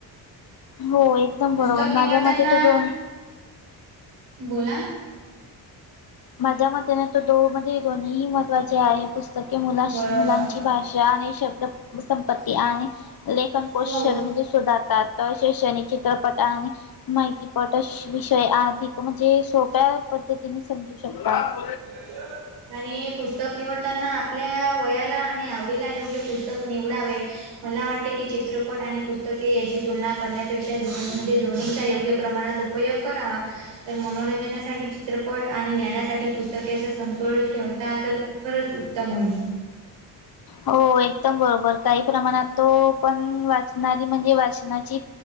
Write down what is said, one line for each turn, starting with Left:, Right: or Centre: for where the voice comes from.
Left: हो एकदम
Right: पुस्तक
Left: बरोबर
Right: निवडताना
Left: माझ्या म तर दोन
Right: बोला
Left: माझ्या मतेने तो दो म्हणजे दोन्ही महत्त्वाचे आहे पुस्तके मुला
Right: बरोबर
Left: मुलांची बाष आणि शब्द संपत्ती आणि लेखन कौशल
Right: हो
Left: म्हणजे सुोधारतात शैक्षणिक चित्रपट आणि माहितीपट विषय अधिक म्हणजे सोप्या पद्धतीने समजू शकता
Right: ह आणि पुस्तक निवडताना आपल्या वयाला आणि आवडीला योग्य पुस्तक निवडावे मला वाटते की चित्रपट आणि पुस्तके याची तुलना करण्यापेक्षा दोन म्हणजे दोन्हींच्या योग्य प्रमाणात उ उपयोग करावा तर मनोरंजनासाठी चित्रपट आणि आणि ज्ञनासाठी पुस्तकेचा समतोल ठेवता तर खरंच उत्तम होईल
Left: हो एकदम बरोबर काही प्रमाणात तो पण वाचणारी म्हणजे वाचनाची